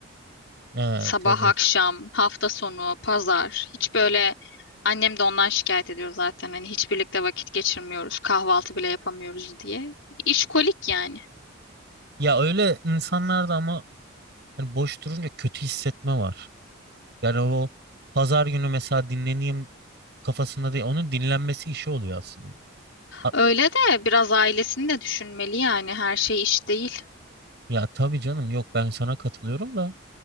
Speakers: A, on the right (about 55°); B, on the left (about 65°).
A: Ha,
B: Sabah,
A: tabii.
B: akşam, hafta sonu, pazar. Hiç böyle annem de ondan şikayet ediyor zaten. Hani hiç birlikte vakit geçirmiyoruz. Kahvaltı bile yapamıyoruz diye. İşkolik yani.
A: Ya öyle insanlarda ama hani boş durunca kötü hissetme var. Yani o pazar günü mesela dinleneyim kafasında değil. Onun dinlenmesi işi oluyor aslında. A-
B: Öyle de biraz ailesini de düşünmeli yani. Her şey iş değil.
A: Ya tabii canım yok ben sana katılıyorum da.